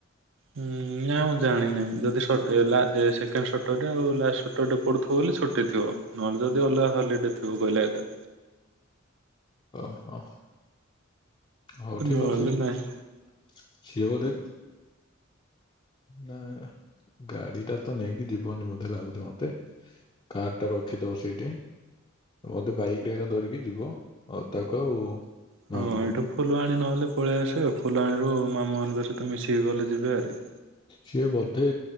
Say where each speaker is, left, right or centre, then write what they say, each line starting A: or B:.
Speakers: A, on the right; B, on the left.
A: ହୁଁ ନା ମୁଁ ଜାଣିିନାହିଁ ଯଦି ସଟ୍ ହେଲା ସେଖେଣ୍ଡ ସଟର ଡେ ଆଉ ଲାଷ୍ଟ ସଟର ଡେ ପଡୁଥିବ ବୋଲି ଛୁଟି ଥିବ ନହେଲେ ଯଦି ଅଲଗା ହଲିଡେ ଥିବ କହିଲେ ଆଜ୍ଞା।
B: ଓ ହ ହୋଉ ଠିକ
A: ନହେଲେ
B: ଅଛି
A: ନାହିଁ।
B: ସିଏ ବୋଧେ ନା ଗାଡି ଟା ତ ନେଇକି ଯିବନି ବୋଧେ ଲାଗୁଛି ମତେ। କାର୍ ଟା ରଖି ଦବ ସେଇଠି। ମୋତେ ବାଇକରେ ଏକା ଧରିକି ଯିବ ଆଉ ତାକୁ ଆଉ
A: ହଁ
B: ମାମୁ ଙ୍କୁ।
A: ଏଇଠୁ ଫୁଲବାଣୀ ନହେଲେ ପଳେଇ ଆସିବ ଫୁଲବାଣୀରୁ ମାମୁ ମାନଙ୍କ ସହିତ ମିଶିକି ଗଲେ ଯିବେହାରି।
B: ସିଏ ବୋଧେ